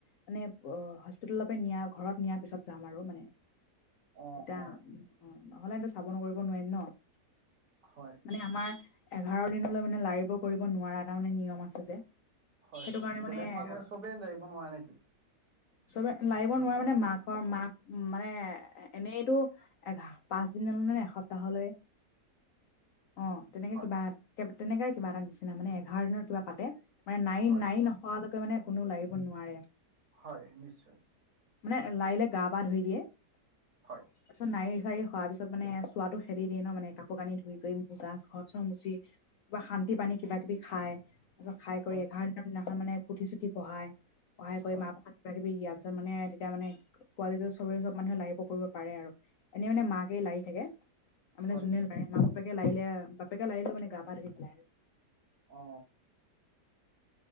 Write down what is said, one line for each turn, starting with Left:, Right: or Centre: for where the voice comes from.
Left: মানে অ' হস্পিতালৰ পৰা নিয়া ঘৰত নিয়াৰ পিছত যাম আৰু মানে।
Right: অ
Left: তেতিয়া
Right: অ
Left: অ' নহ'লে <unintelligible> কৰিব নোৱাৰিম ন'।
Right: হয়।
Left: মানে আমাৰ এঘাৰ দিনলৈ মানে লাৰিব কৰিব নোৱাৰা এটা মানে নিয়ম আছে যে।
Right: হয়
Left: সেইটো
Right: হয়,
Left: কাৰণে মানে
Right: বেলেগ মানুহে চবেই জায়িব নোৱাৰে নেকি?
Left: চবে লাৰিব নোৱাৰে মানে মাকৰ মাক মানে এনেইটো এঘা পাঁচ দিন নে এসপ্তাহলৈ, অ'। তেনেকৈ
Right: হয়
Left: কিবা তে তেনেকাই কিবা এটা নিচিনা মানে এঘাৰ দিনৰত কিবা পাতে। নাই
Right: হয়
Left: নাই
Right: হয়
Left: নখোৱালৈকে মানে কোনো লাগিব নোৱাৰে।
Right: হয় নিশ্চয়।
Left: মানে লাৰিলে গা পা ধুই দিয়ে।
Right: হয়।
Left: তাৰপিছত নাৰী-চাৰি সৰাপিচত মানে চোৱাটো খেদি দিয় ন মানে কাপোৰ কানি ধুই কৰি মোৰ গছ ঘৰ-চৰ মুচি কিবা শান্তি পানী কিবা কিবি খায়, তাৰিছত এঘাৰ
Right: হয়
Left: দিনৰ দিনাখন মানে পুথি-চুথি পঢ়াই পঢ়াই কৰি
Right: হয়
Left: মা পৰখাত কিবাকিবি দিয়াৰ পিছত মানে তেতিয়া মানে পোৱালিটো চবৰে চব মানুহে লাৰি পক কৰিব পাৰে আৰু, এনেই মানে মাকে লাৰি থাকে ত মানে
Right: হয়
Left: যোনে লাৰে মাক বাপেকে লৰিলে বাপেকে লাৰিলেও মানে ধই পেলাই আৰু।
Right: অ।